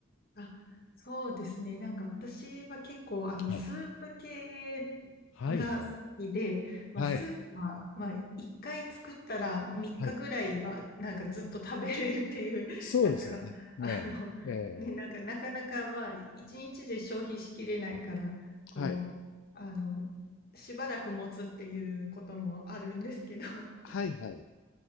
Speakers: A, on the left; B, on the left.
A: あ、そうですね。なんか私は結構、あの、
B: はい。
A: スープ系
B: はい。
A: が好きで、
B: はい。
A: まあ、
B: はい。
A: スープは、まあ、1回作ったら3日ぐらいは、
B: はい。
A: なんかずっと食べれるっていう、<laughs>
B: そうですよね。
A: なんか、あの、
B: ええ、ええ、
A: ね、なんか、なかなか、まあ、1日で消費しきれないから、こう、
B: はい。
A: あの、しばらく持つっていうこともあるんですけど、
B: はい、はい。